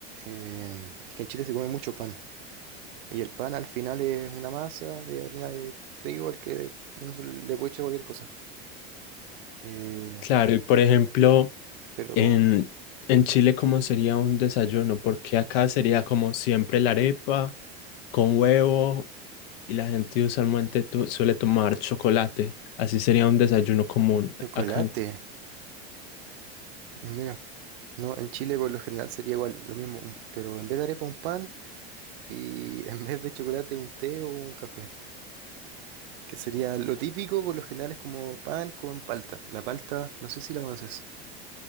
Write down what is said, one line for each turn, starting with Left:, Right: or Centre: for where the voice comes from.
Right: eh, es que en Chile se come mucho pan y el pan al final es una masa de harina de trigo al que uno se le puede echar cualquier cosa. Eh,
Left: Claro, y por ejemplo,
Right: pero
Left: en, en Chile, ¿cómo sería un desayuno? Porque acá sería como siempre la arepa con huevo y la gente usualmente tu- suele tomar chocolate. Así sería un desayuno común
Right: chocolate,
Left: acá. en-
Right: mira, no, en Chile por lo general sería igual lo mismo, un- pero en vez de arepa un pan. y en vez de chocolate un té o un café, que sería lo típico por lo general es como pan con palta. La palta, no sé si la conoces.